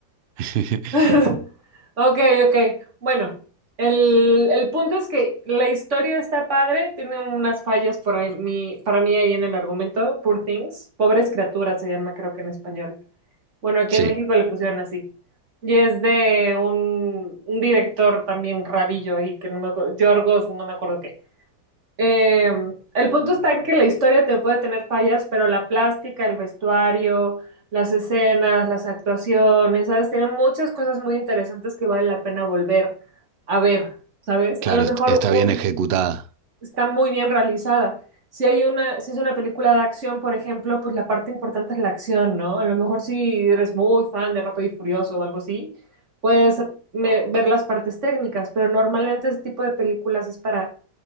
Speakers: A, on the right (about 60°); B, on the right (about 45°).
A: <laughs>
B: <laughs> Ok, ok. Bueno, el, el punto es que la historia está padre, tiene unas fallas por ahí, mi- para mí ahí en el argumento, Poor Things. Pobres criaturas se llama creo que en español. Bueno, aquí
A: Sí,
B: en México le pusieron así. Y es de un, un director también rabillo ahí, que no me acuerdo, Yorgos, no me acuerdo qué. Eh, el punto está en que la historia te puede tener fallas, pero la plástica, el vestuario, las escenas, las actuaciones, ¿sabes? Tiene muchas cosas muy interesantes que vale la pena volver a ver, ¿sabes?
A: claro,
B: A lo mejor
A: est- está
B: un,
A: bien ejecutada,
B: está muy bien realizada. Si hay una, si es una película de acción, por ejemplo, pues la parte importante es la acción, ¿no? A lo mejor si eres muy fan de Rápido y Furioso o algo así, puedes me- ver las partes técnicas, pero normalmente ese tipo de películas es para